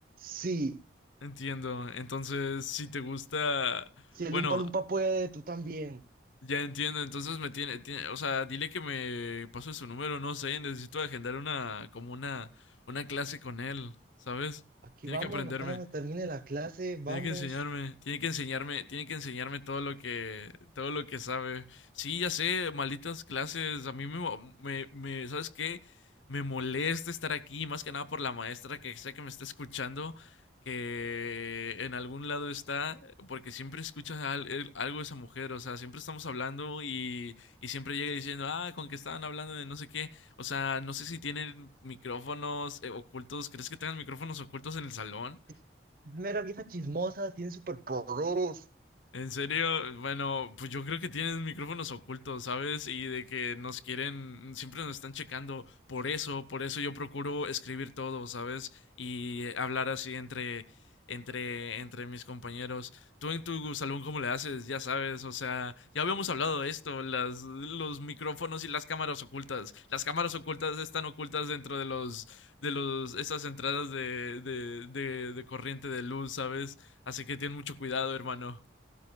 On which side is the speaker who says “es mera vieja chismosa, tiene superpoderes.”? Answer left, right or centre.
Right